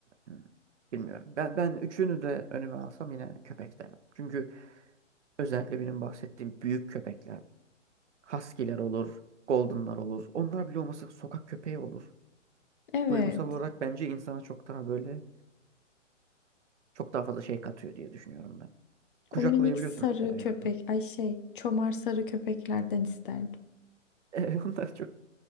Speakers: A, on the right; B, on the left.
A: hmm, bilmiyorum. Ben ben üçünü de önüme alsam yine köpek derim. Çünkü özellikle benim bahsettiğim büyük köpekler, husky'ler olur, golden'lar olur. Onlar bile olmasa sokak köpeği olur.
B: Evet.
A: Duygusal olarak bence insana çok daha böyle çok daha fazla şey katıyor diye düşünüyorum ben. Kucaklayabiliyorsun
B: O minik sarı
A: bir kere hayvanı.
B: köpek, ay şey, çomar sarı köpeklerden isterdim.
A: <laughs> Onlar çok